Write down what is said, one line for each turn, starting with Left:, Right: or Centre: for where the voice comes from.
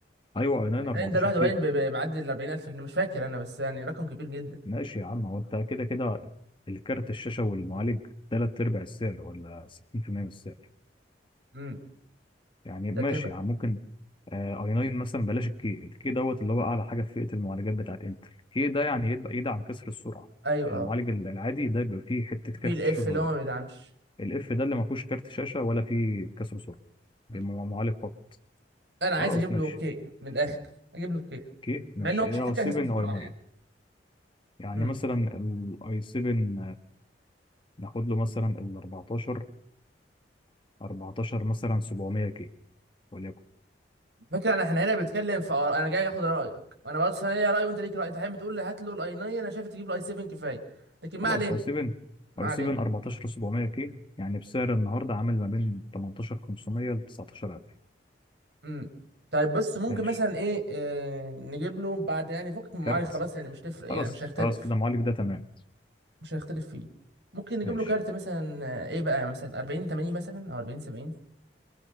Left: ايوه اي 9 14
Right: باين ده لوحده
Left: كي
Right: باين ب- ب- معدي ال 40000 جنيه مش فاكر انا بس يعني رقم كبير جدا
Left: ماشي يا عم هو انت كده كده الكارت الشاشة والمعالج تلات أرباع السعر ولا 60% من السعر
Right: امم
Left: يعني
Right: تلات
Left: ماشي
Right: ارباع
Left: يا عم ممكن آه، اي 9 مثلا بلاش الكي الكي دوت اللي هو أعلى حاجة في فئة المعالجات بتاعت انتل الكي ده يعني يبقى يدعم كسر السرعة
Right: ايوه
Left: المعالج
Right: اه
Left: العادي ده بيبقى فيه حتة
Right: وفي
Left: كارت
Right: الاف
Left: شاشة صغيرة
Right: اللي هو ما بيدعمش
Left: الاف ده اللي ما فيهوش كارت شاشة ولا فيه كسر سرعة بيبقى
Right: مم.
Left: معالج فقط
Right: انا عايز
Left: خلاص
Right: اجيب
Left: ماشي
Right: له كيا من الاخر اجيب له كيا
Left: اوكي
Right: مع
Left: ماشي
Right: ان هو
Left: يا
Right: مش محتاج
Left: 7
Right: اساسا بسرعه
Left: اي 9
Right: يعني
Left: يعني
Right: امم
Left: مثلا الاي 7 ناخد له مثلا ال 14 14 مثلا 700 كيلو وليكن
Right: فكره انا احنا هنا بنتكلم في آراء. انا جاي اخد رايك وانا بس انا ليا راي وانت ليك راي انت حابب تقول لي هات له الاي 9 انا شايف تجيب له اي 7 كفايه لكن ما
Left: خلاص
Right: علينا
Left: اي 7
Right: ما
Left: اي
Right: علينا
Left: 7 14 700 كيلو يعني بسعر النهارده عامل ما بين 18 500 ل 19000
Right: امم طيب بص ممكن
Left: ماشي
Right: مثلا ايه آه نجيب له بعد يعني فكك من المعالج
Left: كارت
Right: خلاص يعني مش تفرق
Left: خلاص
Right: يعني مش
Left: خلاص
Right: هيختلف
Left: كده المعالج ده تمام
Right: مش هنختلف فيه ممكن نجيب
Left: ماشي
Right: له كارت مثلا آه، ايه بقى مثلا 40 80 مثلا او 40 70